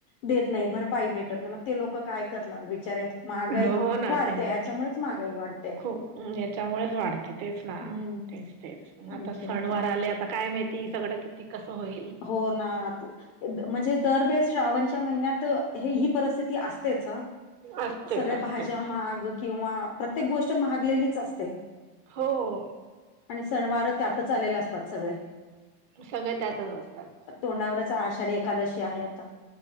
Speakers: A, on the left (about 25°); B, on the right (about 40°).
A: देत नाही भरपाई भेटत नाही मग ते लोकं काय करणार बिचारे. महागाई
B: हो, ना
A: वाढते
B: ते
A: ह्याच्यामुळेच महागाई वाढते
B: खूप याच्यामुळेच वाढतं. ते तेच ना
A: हम्म
B: तेच तेच म आता
A: आणखीन
B: सणवार
A: काय?
B: आले आता काय माहिती सगळं कि ते कसं होय
A: हो ना आत द म्हणजे दरवेळ श्रावणच्या महिन्यात हे ही परिस्थिती असतेच हा.
B: असतेच
A: सगळ्या
B: असतेच.
A: भाज्या महाग किंवा प्रत्येक गोष्ट महागलेलीच असते.
B: हो
A: आणि सणवार त्यातच आलेले असतात सगळे.
B: सगळं त्यातच अस
A: तोंडावरच आषाढी एकादशी आहे आता.